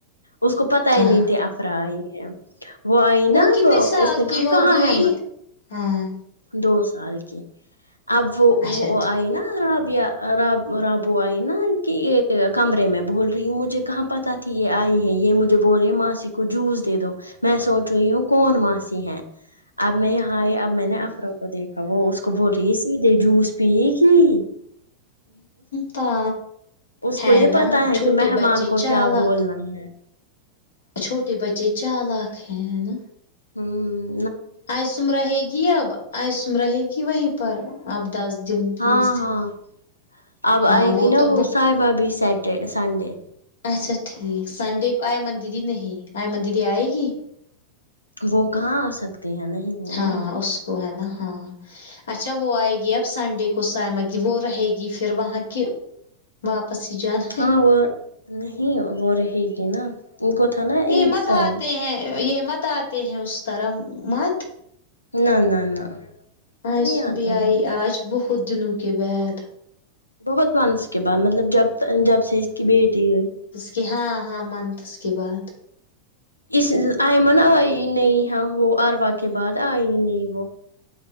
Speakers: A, on the left; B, on the left.
A: اس کو پتا
B: تھا
A: ہی نہیں تھے افرا ائی ہیں وہ آئی نا
B: کتنے
A: اب
B: سال
A: اس نے
B: کی
A: کہا
B: ہو
A: کہاں
B: گئی
A: ہے
B: ہاں
A: دو سال کی اب وہ
B: اچھا
A: وہ آئی نا ربیعہ راب رابو آئی نا کہ یہ کمرے میں بول رہی ہوں مجھے کہاں پتا ٹھیک ہے آئی ہے یہ مجھے بول رہے ہیں ماسی کو جوس دے دو میں سوچ رہی ہوں کون ماسی ہیں اب میں یہاں آئے اب میں نے افرا کو دیکھا وہ اس کو بول رہی ہے سیدھے جوس پیئے گی
B: تا
A: اس
B: ہے
A: کو یہ
B: نا
A: پتا ہے
B: چھوٹے
A: کہ مہمان
B: بچے
A: کو
B: چالاک
A: کیا بولنا ہے
B: چھوٹے بچے چالاک ہے ہے نا
A: ہوں
B: آئسم رہے گی اب آئیسم رہے گی وہیں پر اب دس دن بیس
A: ہاں
B: دن
A: ہاں اب
B: ہاں
A: آئے گی نا
B: تو
A: وہ سائبا بھی سیٹر سنڈے
B: اچھا ٹھیک سنڈے کو آئی ائمن دیدی نہیں آئمن دیدی آئے گی
A: وہ کہاں آ سکتے ہیں نہیں وہ نہیں
B: ہاں
A: آئے گی
B: اس کو ہے نا ہاں اچھا وہ آئے گی اب سنڈے کو سمایہ وہ رہے گی پھر وہاں کے واپس ہی جانا
A: ہاں وہ نہیں وہ رہے گی نا ان کو تھا نا
B: یہ
A: عید
B: مت
A: سال
B: آتے یہ مت آتے ہیں اس طرح مت
A: نہ نہ نہ
B: آئسم
A: نہیں آتے
B: بھی آئی
A: ہیں
B: آج بہت دنوں کے بعد
A: بہت مانس کے بعد مطلب جب جب سے اس کی بیٹی ہوئی
B: کہ ہاں ہاں منتھس کے بعد
A: اس آئمن آئی نہیں ہے وہ اروا کے بعد آئی نہیں وہ